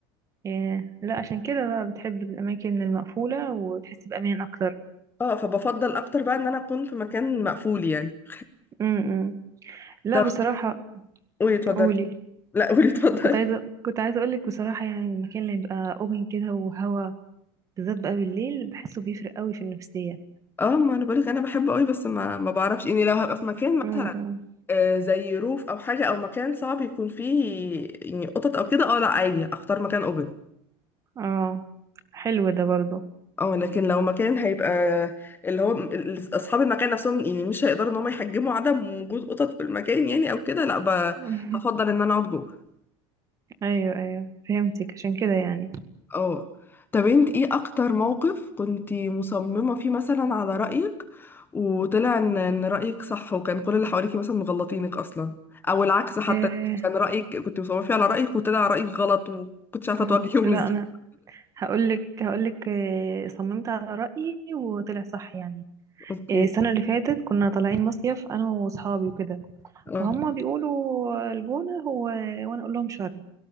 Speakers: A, on the right (about 25°); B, on the left (about 15°).
A: ياه لا عشان كده بقى بتحب الأماكن المقفولة وتحس بأمان أكتر
B: اه فبفضل اكتر بقى ان انا اكون في مكان مقفول يعني
A: امم لا
B: طب
A: بصراحة
B: قولي اتفضلي
A: قولي
B: لا قولي اتفضلي
A: كنت عايزة كنت عايزة أقولك بصراحة يعني المكان اللي يبقى أوبن كده وهوا بالذات بقى بالليل بحسه بيفرق قوي في النفسية
B: <laughs> اه ما انا بقولك انا بحبه قوي بس ما ما بعرفش يعني لو هبقى في مكان مثلا
A: امم
B: آه، زي روف او حاجه او مكان صعب يكون فيه يعني قطط او كده اه لا عادي اختار مكان اوبن
A: اه حلو ده برضه
B: اه لكن لو مكان هيبقى اللي هو ال- ال- اصحاب المكان نفسهم يعني مش هيقدروا ان هم يحجموا عدم وجود قطط في المكان يعني او كده لا ب-
A: <laughs>
B: بفضل ان انا اقعد جوه
A: أيوه أيوه فهمتك عشان كده يعني
B: اه طب انت ايه اكتر موقف كنتي مصممة فيه مثلا على رأيك وطلع ان ان رأيك صح وكان كل اللي حواليكي مثلا مغلطينك اصلا او العكس حتى
A: إيه
B: كان رأيك كنت مصممة فيه على رأيك وطلع رأيك غلط وكنتش عارفة
A: <laughs>
B: تواجهيهم
A: لا
B: ازاي
A: أنا هقولك هقولك إيه، صممت على رأيي وطلع صح يعني
B: <laughs> اوكي
A: إيه، السنة اللي فاتت كنا طالعين مصيف أنا وصحابي وكده
B: اه
A: فهم بيقولوا الجونة هو وأنا أقول لهم شرم